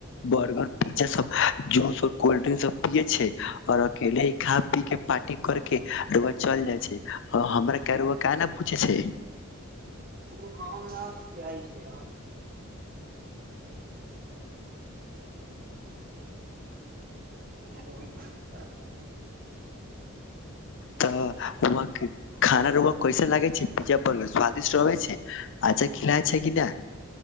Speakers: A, on the left; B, on the right.
A: बर्गर पिज्जा सब जू कोल्ड ड्रिंक सब पियए छैय और अकेले ही खा पी के पार्टी करकेरुआ चल जाइ छैय हमर रु क ने पूछे छैय
B: ओ हम ने हमर <inaudible>
A: तऽ व खाना र रुआ कैसा लागै छैय पिज्जा बर्गर स्वादिष्ट रहै छैय अचछा खिलाय छैय कि ना